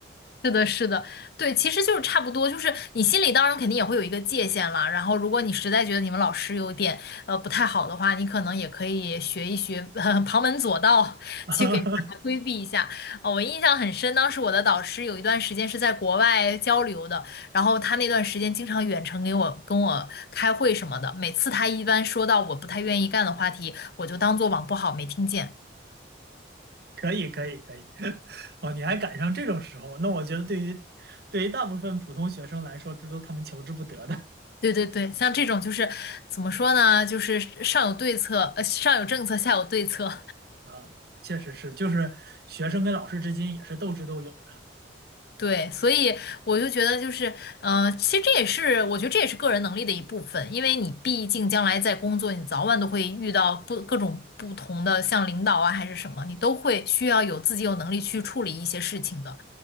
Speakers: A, on the left (about 55°); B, on the right (about 55°).
A: 是的，是的，对，其实就是差不多，就是你心里当然肯定也会有一个界限了。然后，如果你实在觉得你们老师有点呃不太好的话，你可能也可以学一学、<laughs> 旁门左道去给他规避一下。
B: <laughs>
A: 哦，我印象很深，当时我的导师有一段时间是在国外交流的，然后他那段时间经常远程给我跟我开会什么的。每次他一般说到我不太愿意干的话题，我就当做网不好没听见。
B: 可以可以可以，<laughs> 哦，你还赶上这种时候，那我觉得对于对于大部分普通学生来说，这都他们求之不得的
A: 对对对，像这种就是怎么说呢？就是上有对策，呃，上有政策，下有对策。
B: <laughs> 啊，确实是，就是学生跟老师之间也是斗智斗勇的。
A: 对，所以我就觉得就是，呃，其实这也是我觉得这也是个人能力的一部分，因为你毕竟将来在工作，你早晚都会遇到不各种不同的，像领导啊还是什么，你都会需要有自己有能力去处理一些事情的。